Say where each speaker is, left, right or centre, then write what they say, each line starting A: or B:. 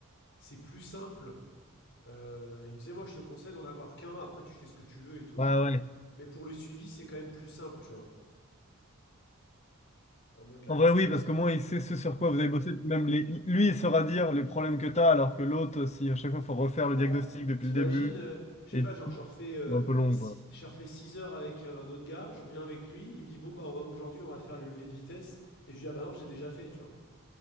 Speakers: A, on the left (about 55°); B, on the left (about 30°).
A: c'est plus simple. Euh, il me disait, moi, je te conseille d'en avoir qu'un. Après, tu fais ce que tu veux et tout.
B: Bah ouais.
A: Mais pour le suivi, c'est quand même plus simple, tu vois. En mode la
B: En
A: progression.
B: vrai, oui, parce que moi, il sait ce sur quoi vous avez bossé. Même les... lui, il saura dire les problèmes que tu as, alors que l'autre, si à chaque fois, il faut refaire le
A: Ouais.
B: diagnostic depuis
A: T'imagines,
B: le début,
A: euh, je sais
B: et
A: pas, genre, je refais, euh,
B: c'est un peu long,
A: six-
B: quoi.
A: je refais 6 heures avec un autre gars. Je reviens avec lui. Il me dit, bon, bah, on va, aujourd'hui, on va faire les leviers de vitesse. Et je lui dis, ah, bah non, je l'ai déjà fait, tu vois.